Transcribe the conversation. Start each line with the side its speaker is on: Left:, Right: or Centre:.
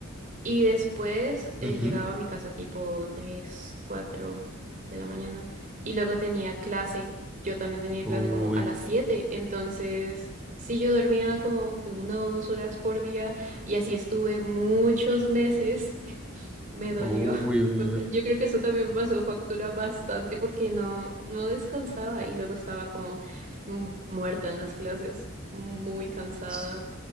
Right: Y después
Centre: Ujú.
Right: eh, llegaba a mi casa tipo tres cuatro de la mañana. Y luego tenía clase. Yo también tenía
Centre: Uy,
Right: clase como a las siete Entonces, sí, yo dormía como una o dos horas por día. Y así estuve muchos meses. <laughs> Me dolió.
Centre: uy, uy.
Right: Me- Yo creo que eso también me pasó factura bastante porque no, no descansaba. Y luego estaba como mm, muerta en las clases. Muy cansada.
Centre: uy.